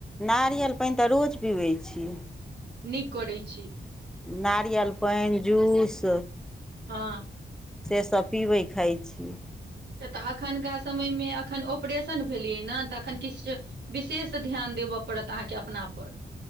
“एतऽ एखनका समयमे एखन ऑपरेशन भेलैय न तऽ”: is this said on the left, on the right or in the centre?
Right